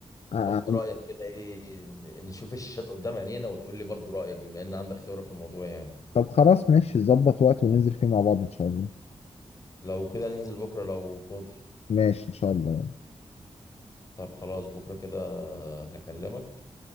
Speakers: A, on the left; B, on the left.
A: آه،
B: واخد
A: آه.
B: رأيك كده ايه ن- نشوف الشاشات قدام عينينا وتقول لي برضه رأيك بما ان عندك خبرة في الموضوع يعني
A: طب خلاص ماشي ظبط وقت وننزل فيه مع بعض ان شاء الله
B: لو كده ننزل بكرة لو فاضي
A: ماشي ان شاء الله
B: طب خلاص بكرة كده هكلمك